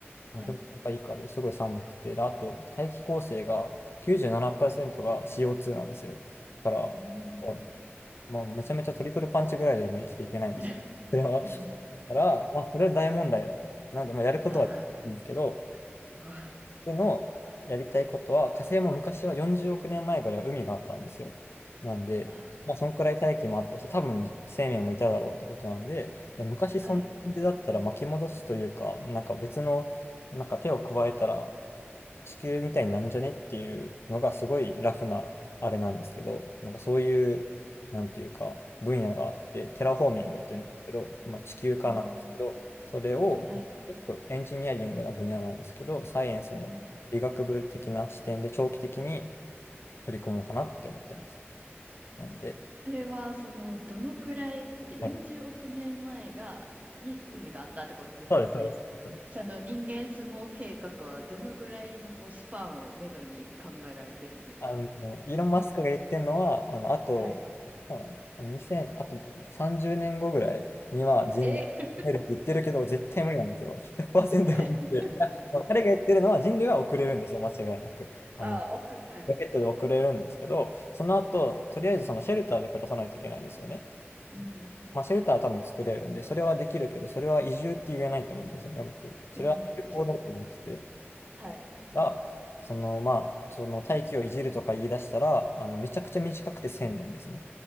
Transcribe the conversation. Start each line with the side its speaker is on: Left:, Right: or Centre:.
Left: 氷点下以下ですごい寒くて、
Right: はい。
Left: で、あと大気構成が97%が CO2 なんですよ。だから、
Right: うーん。
Left: もう、もうめちゃめちゃトリプルパンチぐらいでもう生きていけないんですよ。
Right: <laughs>
Left: では、だ
Right: うん。
Left: から、まあ、それは大問題だと。なんで、まあ、やることはやるんですけど、
Right: はい。うん
Left: 僕のやりたいことは、火星も昔は40億年前ぐらいは海があったんですよ。なんで、
Right: あ、
Left: まあ、そんくらい大気もあったし、多分生命もいただろうってことなんで、で昔そんな感じだったら巻き戻すというか、
Right: はい。
Left: なんか別の、なんか手を加えたら、地球みたいになんじゃねっていうのがすごいラフなあれなんですけど、なんかそういう、なんていうか、分野があって、テラフォーミングっていうんですけど、
Right: はい。
Left: まあ、地球化なんですけど、
Right: うーん。
Left: それを、
Right: はい。
Left: まあ、結構エンジニアリングな分野なんですけど、サイエンスの理学部的な視点で長期的に
Right: うん。
Left: 取り組もうかなって思ってます。なんで、
Right: それは、その、どのくらい、だって40億年前が、
Left: はい
Right: に海があったってことですよね。
Left: そうです、そうです。
Right: その人間相撲計画はどのくらいのこうスパンをめどに考えられてるんですか
Left: あの、イーロン・マスクが言ってるのは、あの、あと、
Right: はい。
Left: いつかな、あの2000、あと30年後ぐらいには人類が増えるって言ってるけど、
Right: えー
Left: 絶対無理なんですよ。100%
Right: <laughs> えー
Left: 無理で。いやその彼が言ってるのは人類は遅れるんですよ、間違いなく。あの、
Right: あ、奥、はい。
Left: ロケットで遅れるんですけど、その後、とりあえずそのシェルターで暮らさないといけないんですよね。
Right: うん。
Left: まあ、シェルターは多分作れるんで、それはできるけど、それは移住って言えないと思うんですよね、僕。それは旅行だと思ってて。
Right: うん、そう。はい。
Left: らその、まあ、その大気をいじるとか言い出したら、あの、めちゃくちゃ短くて1000年ですね。